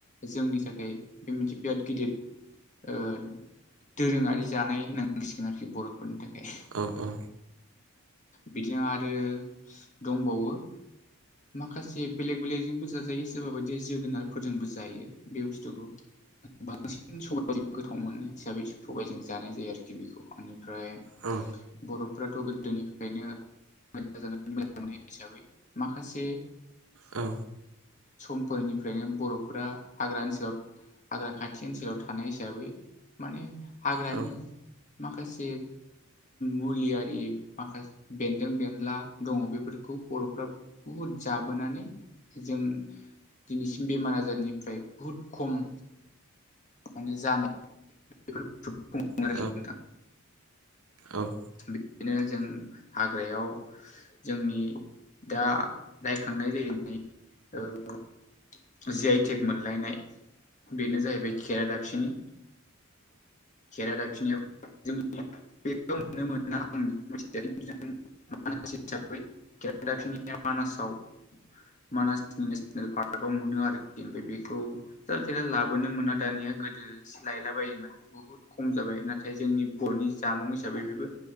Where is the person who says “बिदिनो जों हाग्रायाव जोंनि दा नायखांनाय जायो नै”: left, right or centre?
Left